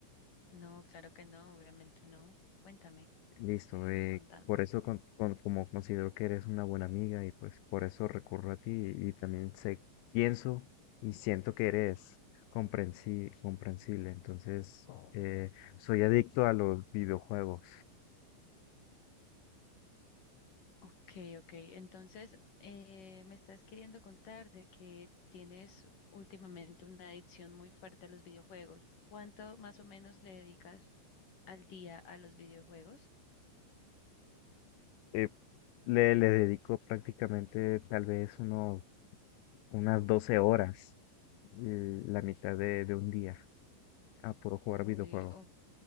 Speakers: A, on the left (about 45°); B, on the left (about 80°).
A: No, claro que no, obviamente no. Cuéntame,
B: Listo,
A: sígueme
B: eh,
A: contando.
B: por eso con- con- como considero que eres una buena amiga y pues por eso recurro a ti y, también sé, pienso y siento que eres comprensi- comprensible, entonces eh, soy adicto a los videojuegos.
A: Ok, ok. Entonces, eh, me estás queriendo contar de que tienes últimamente una adicción muy fuerte a los videojuegos. ¿Cuánto más o menos le dedicas al día a los videojuegos?
B: eh, le, le dedico prácticamente tal vez uno, unas 12 horas, eh, la mitad de, de un día, a puro jugar
A: Uy,
B: videojuego.
A: o-